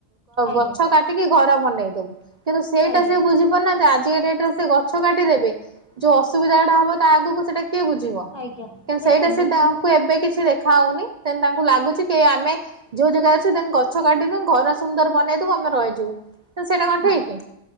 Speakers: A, on the left; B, on the right.
A: ଆଜ୍ଞା
B: ଗଛ କାଟି ଟିକେ ଘର ବନେଇଦବୁ କିନ୍ତୁ ସେଇଟା
A: ଆଜ୍ଞା
B: ସି ବୁଝି ଆଜିକା ଡେଟରେ ସେ ଗଛ କାଟିଦେବେ ଯୋଉ ଅସୁବିଧାଟା ହବ ତା ଆଗକୁ ସେଇଟା କିଏ ବୁଝିବ
A: ଆଜ୍ଞା
B: କିନ୍ତୁ
A: ଦେଖନ୍ତୁ
B: ସେଇଟା ସେ ତାଙ୍କୁ
A: ମୁଁ
B: ଏବେ କିଛି ଦେଖା ହଉନି। କି ତାଙ୍କୁ ଲାଗୁଛି କି ଆମେ ଯୋଉ ଜାଗା ଅଛି ଦେନ ଗଛ କାଟିି ଦବୁ ଘର ସୁନ୍ଦର ବନେଇ ଦବୁ ଆମେ ରହିଯିବୁ ସେଇଟା କଣ୍
A: ହଁ
B: ଠିକ୍ କି?